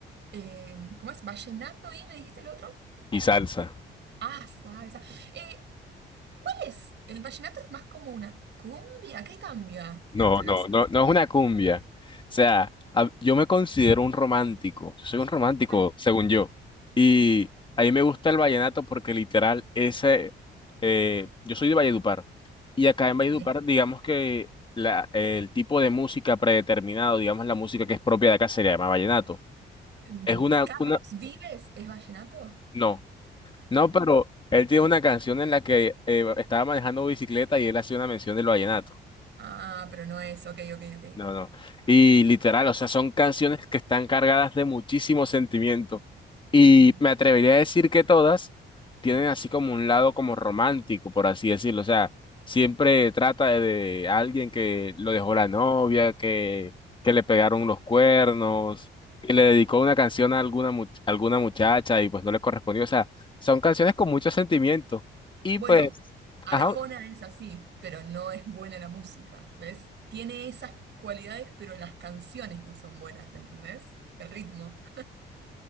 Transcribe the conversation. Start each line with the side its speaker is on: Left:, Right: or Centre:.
Right: eh, ¿cómo es? Vallenato y me dijiste el otro.
Left: y salsa.
Right: Ah, salsa. Eh, ¿cuál es? El vallenato es más como una cumbia. ¿Qué cambia
Left: No,
Right: entre
Left: no,
Right: las
Left: no,
Right: salsa?
Left: no es una cumbia. O sea, a- yo me considero un romántico. Yo soy un romántico,
Right: Claro,
Left: según yo. Y a mí me gusta el vallenato porque literal, ese, eh, yo soy de Valledupar. Y acá en Valledupar,
Right: sí.
Left: digamos que la, el tipo de música predeterminado, digamos la música que es propia de acá, se le llama vallenato.
Right: Mm,
Left: Es una,
Right: ¿Carlos
Left: una,
Right: Vives es vallenato?
Left: no, no, pero él tiene una canción en la que eh, estaba manejando bicicleta y él hace una mención del vallenato.
Right: Ah, pero no es. Ok, ok, ok.
Left: No, no. Y literal, o sea, son canciones que están cargadas de muchísimo sentimiento. Y
Right: Mm,
Left: me atrevería a decir que todas tienen así como un lado como romántico, por así decirlo. O sea, siempre trata de, de alguien que lo dejó la novia, que, que le pegaron los cuernos, que le dedicó una canción a alguna, much- alguna muchacha y pues no le correspondió. O sea, son canciones con mucho sentimiento. Y
Right: Bueno,
Left: pues,
Right: Arjona
Left: ajá,
Right: es así, pero no es buena la música. ¿Ves? Tiene esas cualidades, pero las canciones no son buenas, ¿entendés? El ritmo.